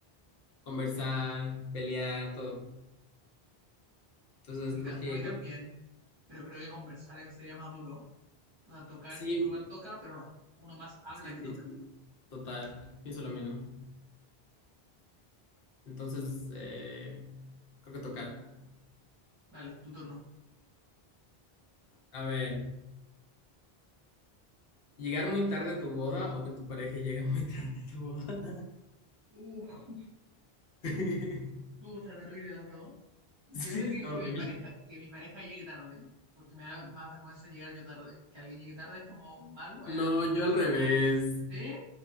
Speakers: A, on the left; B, on the right.
A: conversar, pelear, todo. Entonces
B: A mí,
A: creo
B: ta-
A: que,
B: a mí también,
A: creo,
B: pero creo que conversar en- sería más duro. O sea, tocar,
A: sí,
B: uno igual toca, pero no, uno más habla
A: Sí,
B: que toca.
A: sí, sí. Total, pienso lo mismo. Entonces, eh, creo que tocar.
B: Dale, tu turno.
A: A ver, ¿llegar muy tarde a tu boda o que tu pareja llegue muy <laughs> tarde a tu boda?
B: Uh,
A: <laughs>
B: uh, está terrible las dos. Yo
A: Sí,
B: creo que,
A: está
B: que
A: horrible.
B: mi pareja, que mi pareja llegue tarde, porque me da más vergüenza llegar yo tarde. Que alguien llegue tarde es como mal, obviamente.
A: No,
B: fome.
A: yo al revés.
B: ¿Sí?